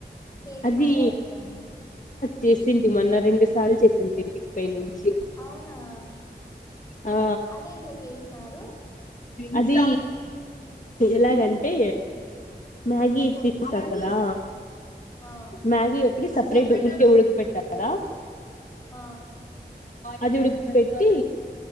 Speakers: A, on the left; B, on the left.
A: చేసినారా
B: అది
A: ఇప్పుడన్నా
B: చే తింటి మొన్న రెండు సార్లు చేసింది తింటిక్పైై నుంచి
A: అవునా
B: ఆ
A: అది ఎట్లా చేసినారు
B: అది ఎలాగంటే మ్యాగీ తీసా కదా
A: ఆ
B: మ్యాగీ ఒకటి సపరేట్ ఉరికే ఉడికి పెట్టా కదా
A: ఆ
B: అది ఉడుక పెట్టి